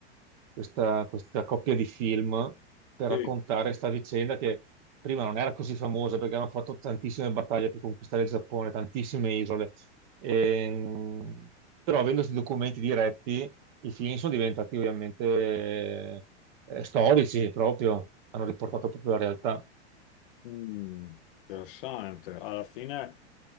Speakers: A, on the right; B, on the left.
A: questa, questa coppia di film per
B: sì.
A: raccontare questa vicenda che prima non era così famosa perché hanno fatto tantissime battaglie per conquistare il Giappone, tantissime isole, Ehm, però avendo questi documenti diretti, i film sono diventati ovviamente eh, storici proprio, hanno riportato proprio la realtà.
B: Mm, interessante. Alla fine,